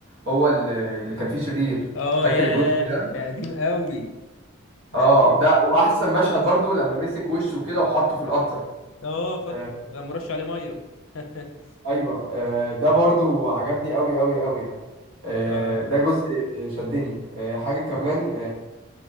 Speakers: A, on the right; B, on the left.
A: هو اللي اللي كان فيه شرير
B: اه
A: فاكر
B: ياه
A: الجزء ده
B: ده قديم قوي ده
A: اه
B: ايه من
A: ده
B: 2006
A: واحسن مشهد
B: مثلا
A: برضو لما مسك وشه كده وحطه في القطر
B: اه فاكره
A: آه
B: لما رش عليه ميه <laughs>
A: ايوه آه ده برضو عجبني قوي قوي قوي يعني آه
B: آه
A: ده جزء شدني آه حاجة كمان